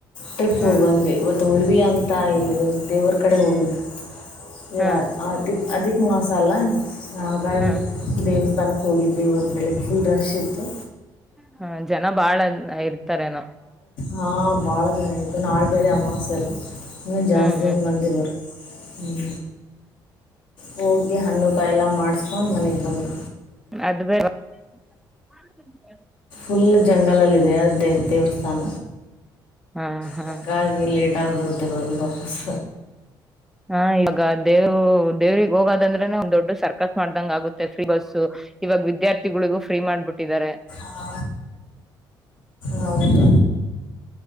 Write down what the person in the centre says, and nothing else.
ಹ
ಹ
ಹ
ಹ್ಮ ಜನ ಬಾಳ ಇರ್ತಾರನೋ
ಹ್ಮ್ ಹ್ಮ್
ಅದು ಬೇರೆ ಹ
ಹಾ ಹಾ
ಹಾ ಇವಾಗ ದೇವ್ ದೇವ್ರಿಗೆ ಹೋಗದಂದ್ರೆನೆ ಒಂದ್ ದೊಡ್ಡ ಸರ್ಕಸ್ ಮಾಡ್ದಂಗ ಆಗುತ್ತೆ ಫ್ರೀ ಬಸ್ಸ ಇವಾಗ ವಿದ್ಯಾರ್ಥಿಗಳಿಗೂ ಫ್ರೀ ಮಾಡ್ಬಿಟ್ಟಿದ್ದಾರೆ